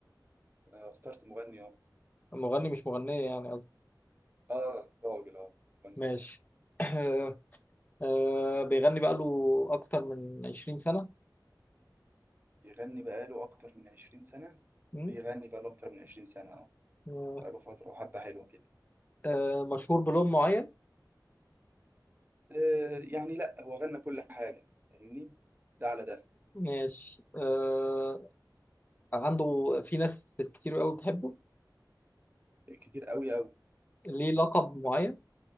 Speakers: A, on the right; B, on the left.
A: آه، اخترت مغني اه
B: مغني مش مغنية يعني
A: آه، راجل اه مغني
B: ماشي
A: راجل
B: <coughs> آه، آه، بيغني بقاله أكتر من 20 سنة
A: بيغني بقاله أكتر من 20 سنة
B: مم.
A: بيغني بقاله أكتر من 20 سنة
B: آه،
A: بقاله فترة وحبة حلوة كده
B: آه، مشهور بلون معين
A: آه يعني لأ هو غنى كل حاجة فاهمني ده على ده
B: ماشي آه، عنده في ناس كتير قوي بتحبه
A: كتير أوي أوي
B: ليه لقب معين